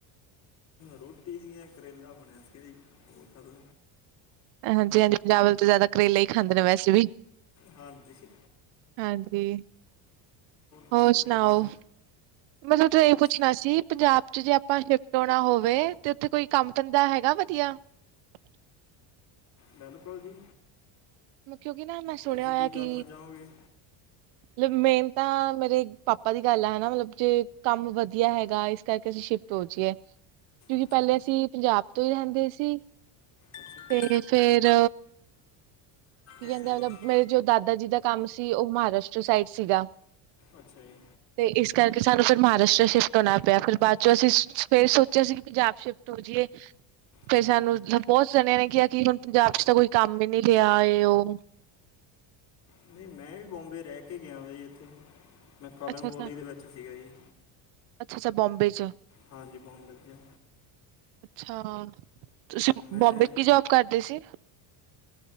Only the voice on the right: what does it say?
ਹਾਂਜੀ ਹਾਂਜੀ ਪੰਜਾਬ ਤੋਂ ਜ਼ਿਆਦਾ ਕਰੇਲਾ ਹੀ ਖਾਂਦੇ ਨੇ ਵੈਸੇ ਵੀ
ਹਾਂਜੀ
ਹੋਰ ਸੁਣਾਓ
ਮਤਲਬ
ਇਹ ਪੁੱਛਣਾ ਸੀ ਪੰਜਾਬ ਜੇ ਆਪਾਂ ਸ਼ਿਫਟ ਹੋਣਾ ਹੋਵੇ ਤੇ ਉੱਥੇ ਕੋਈ ਕੰਮ ਧੰਦਾ ਹੈਗਾ ਵਧੀਆ <unintelligible>
ਕਿਉਂਕਿ ਨਾ ਮੈਂ ਸੁਣਿਆ
ਹੋਇਆ
ਕਿ
ਮਤਲਬ ਮੇਨ ਤਾਂ ਮੇਰੇ ਪਾਪਾ ਦੀ ਗੱਲ ਆ ਹਨਾ ਮਤਲਬ ਜੇ ਕੰਮ ਵਧੀਆ ਹੈਗਾ ਇਸ ਕਰਕੇ ਅਸੀਂ ਸ਼ਿਫਟ ਹੋ ਕਿਉਂਕਿ
ਪਹਿਲੇ
ਅਸੀਂ ਪੰਜਾਬ ਤੋਂ ਹੀ ਰਹਿੰਦੇ ਸੀ
ਤੇ ਫੇਿਰ ਕੀ
ਕਹਿੰਦੇ
ਮਤਲਬ ਮੇਰੇ ਜੋ ਦਾਦਾ ਜੀ ਦਾ ਕੰਮ ਸੀ ਉਹ ਮਹਾਰਾਸ਼ਟਰ ਸਾਈਡ ਸੀਗਾ
ਤੇ ਇਸ ਕਰਕੇ ਸਾਨੂੰ ਫ ਮਹਾਰਾਸ਼ਟਰ ਸ਼ਿਫਟ ਹੋਣਾ ਪਿਆ ਫਿਰ ਬਾਅਦ ਚੋਂ ਅਸੀਂ ਫੇਿਰ ਸੋਚਿਆ ਸੀ ਕਿ ਪੰਜਾਬ ਸ਼ਿਫਟ ਹੋ ਜਾਏ ਫਿਰ
ਸਾਨੂੰ ਬਹੁਤ ਸਣਿਆਂ ਨੇ ਕਿਹਾ ਕਿ ਹੁਣ ਪੰਜਾਬ ਚ ਤਾਂ ਕੋਈ ਕੰਮ ਹੀ ਨਹੀਂੀ ਰਿਹਾ ਹੋਰ
ਅੱਛਾ
ਅੱਛਾ
ਅੱਛਾ, ਅੱਛਾ ਬੰਬੇ ਚ
ਅੱਛਾ, ਤੁਸੀਂ
ਬੰਬੇ ਕੀ ਜੋਬ ਕਰਦੇ ਸੀ।